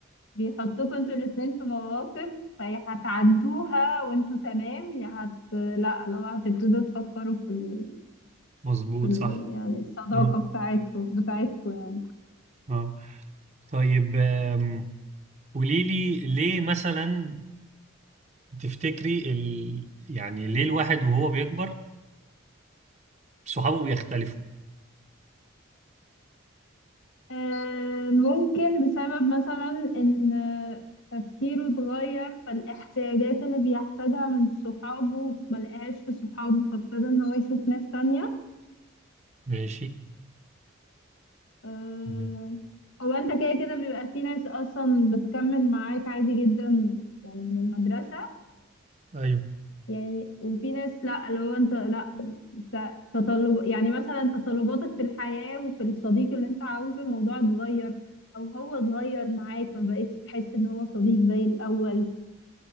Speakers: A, on the left (about 65°); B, on the right (about 30°).
A: بيحطوكوا انتوا الاتنين في مواقف فيا هتعدوها وانتوا تمام يا هت لا لو هتبتدوا تفكروا في ال...
B: مظبوط
A: في ال...
B: صح
A: يعني الصداقة
B: اه
A: بتاعتكم بتاعتكم يعني
B: اه طيب آم، قولي لي ليه مثلا تفتكري ال... يعني ليه الواحد وهو بيكبر صحابه بيختلفوا
A: آه، ممكن بسبب مثلا ان تفكيره اتغير فالاحتياجات اللي بيحتاجها من صحابه ملقاهاش في صحابه فابتدى ان هو يشوف ناس تانية
B: ماشي
A: آه،
B: تمام.
A: هو انت كده كده بيبقى في ناس اصلا بتكمل معاك عادي جدا يعني من المدرسة
B: ايوه
A: يعني وفي ناس لا اللي هو انت لا انت تطلب يعني مثلا تطلباتك في الحياة وفي الصديق اللي انت عاوزه الموضوع اتغير او هو اتغير معاك فما بقتش تحس ان هو صديق زي الاول